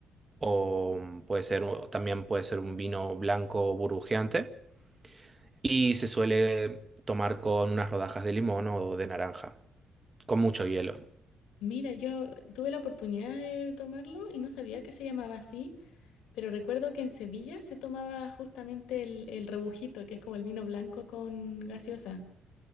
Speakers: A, on the right (about 25°); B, on the left (about 85°).
A: o puede ser, también puede ser un vino blanco burbujeante. y se suele tomar con unas rodajas de limón o de naranja, con mucho hielo.
B: mira, yo tuve la oportunidad de tomarlo y no sabía que se llamaba así, pero recuerdo que en Sevilla se tomaba justamente el, el rebujito, que es como el vino blanco con gaseosa.